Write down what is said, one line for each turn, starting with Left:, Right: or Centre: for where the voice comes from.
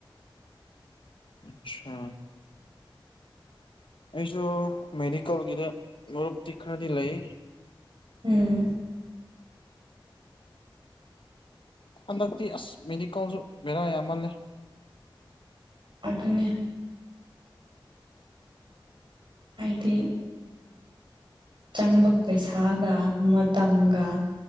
Left: ꯑꯆꯥ ꯑꯩꯁꯨ ꯃꯦꯗꯤꯀꯦꯜꯒꯤꯗ ꯃꯔꯨꯞꯇꯤ ꯈꯔꯗꯤ ꯂꯩ
Right: ꯎꯝ
Left: ꯍꯟꯗꯛꯇꯤ ꯑꯁ ꯃꯦꯗꯤꯀꯣꯜꯁꯨ ꯦꯔꯥ ꯌꯥꯝꯃꯜꯂꯦ
Right: ꯑꯗꯨꯅꯦ ꯍꯥꯏꯗꯤ ꯆꯪꯕꯒ ꯄꯩꯁꯥꯒ ꯃꯇꯝꯒ